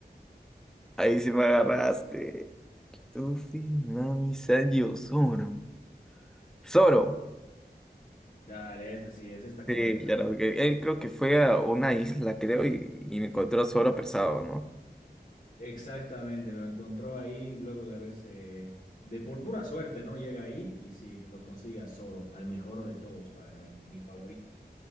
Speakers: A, in the centre; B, on the left.
A: ahí sí me agarraste. Tufi, Nami, Sanji, Zoro. Zoro.
B: Dale, esta sí es, esta correcta.
A: Sí, claro, porque él creo que fue a una isla, creo, y, y encontró a Zoro pesado, ¿no?
B: Exactamente, lo encontró ahí luego de haberse, de por pura suerte, ¿no? Llega ahí y sí, lo consigue a Zoro, al mejor de todos para mí, mi favorito.